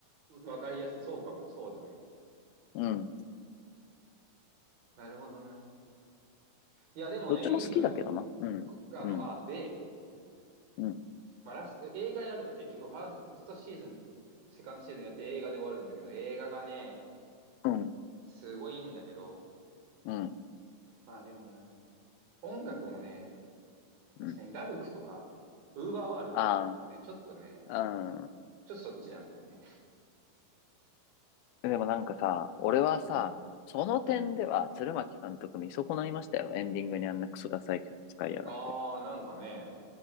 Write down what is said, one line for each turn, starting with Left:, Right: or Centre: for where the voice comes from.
Right: わかりやすい。そうかも。そうだね。
Left: うん。
Right: なるほどな。いや、でもね、
Left: どっちも好きだけどな。
Right: いいのよ。
Left: うん。
Right: こあの、
Left: うん。
Right: あ、で、
Left: うん。
Right: まあ、ラス、映画やるの。結局、ファーストシーズン、セカンドシーズンやって映画で終わるんだけど、映画がね、
Left: うん。
Right: すごいいいんだけど、
Left: うん。
Right: まあでもな、音楽もね、
Left: うん。
Right: 確かに、ラルクとか、ウーバーワールドとかなんだよね。
Left: あ
Right: ちょっとね、
Left: あ、
Right: ちょっとそっちなんだよね。<laughs>
Left: うん。でもなんかさ、俺はさ、
Right: うん、
Left: その点では鶴巻監督見損ないましたよ。
Right: うん。
Left: エンディングにあんなクソダサい曲使いやがって。
Right: ああ、なんかね、